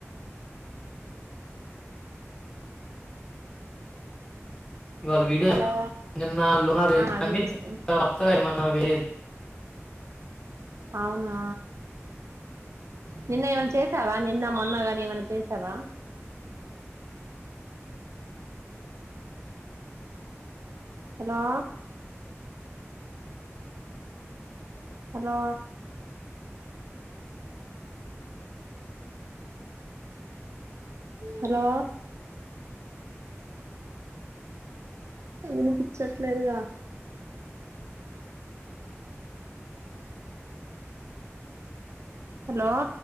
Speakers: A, on the left; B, on the right.
A: ఇవాళ వీడియో
B: హలో
A: ఇన్నాళ్లు అదెందీ
B: ఆ వినిపిస్తుంది
A: వత్తద ఏమన్న వేరే
B: అవునా నిన్న ఏమన్నా చేసావా నిన్న మొన్నగాని ఏమన్నా చేసావా హలో హలో హలో వినిపించట్లేదుగా హలో